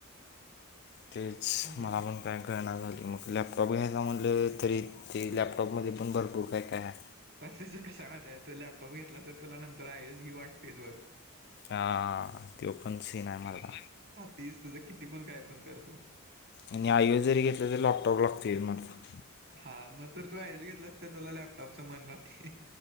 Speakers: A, on the left; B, on the right.
A: तेच
B: असं झालं.
A: मला पण. काय कळना झाली मग लॅपटॉप घ्यायचं म्हटलं तरी ते लॅपटॉपमध्ये पण भरपूर काय काय.
B: पण त्याच कसाय माहिय तू लॅपटॉप घेतला तर तुला नंतर आहेच घी वाटतेच बघ.
A: हा त पण सीन आहे मला.
B: तीस तुझं किती पण काय पण करतू.
A: आणि आयो जरी घेतलं तरी लॉकटॉप लागतो य मारत.
B: हा मग जर तू ऐज घेतलास तर तुला लॅपटॉपच मन राहते.